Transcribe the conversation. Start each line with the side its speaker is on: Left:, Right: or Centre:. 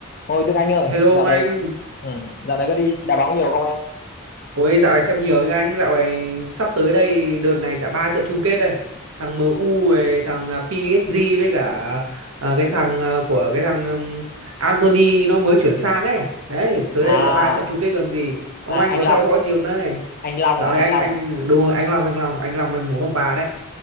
Left: Ôi Đức Anh ơi,
Right: Hello
Left: dạo
Right: ông
Left: này
Right: anh,
Left: ừ, dạo này có đi đá bóng nhiều không em?
Right: ôi dạo này xem nhiều như anh, dạo này sắp tới đây đợt này chả ba trận chung kết đây, thằng MU với thằng à, PSG với cả à, cái thằng à, của cái thằng ừm, Anthony nó mới chuyển sang ấy, đấy tới
Left: À,
Right: đây chả ba trận chung kết gần gì, ông
Left: à
Right: anh
Left: anh
Right: có
Left: Long,
Right: theo dõi gì không đấy?
Left: anh Long
Right: Dạo
Left: à, anh
Right: này anh
Left: Long
Right: anh
Left: à.
Right: đúng rồi anh Long anh Long anh Long anh muốn con bà đấy.